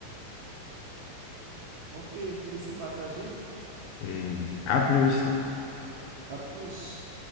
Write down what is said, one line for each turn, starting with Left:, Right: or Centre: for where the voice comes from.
Right: Ok, plaisir partagé.
Left: et à plus.
Right: À plus.